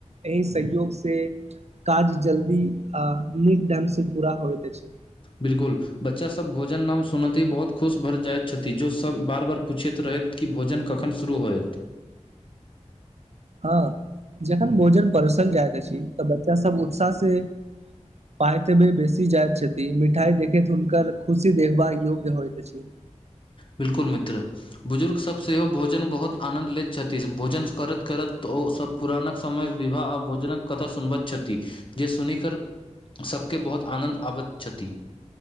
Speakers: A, on the right; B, on the left.
A: एहि सहयोगसँ काज जल्दी आ नीक ढंगसँ पूरा होइत अछि
B: बिल्कुल बच्चा सभ भोजन नाम सुनैते बहुत खुश भऽ जाइत छथि जो सभ बार बार पूछेत रहथि कि भोजन कखन शुरू होयत
A: <inaudible> ह जखन भोजन परोसल जाइत अछि तऽ बच्चा सभ उत्साह से पाईत मे बेसी जाइत छथि मिठाई देखैत हुनकर खुशी देखबा योग्य होइत अछि।
B: बिल्कुल मित्र। बुजुर्ग सभ सेहो भोजन बहुत आनन्द लेत छथि भोजन करत-करत ओ सभ पुरानक समय विवाह भोजनक कथा सुनबैत छथि जे सुनि क सभ के बहुत आनन्द आबैत छथि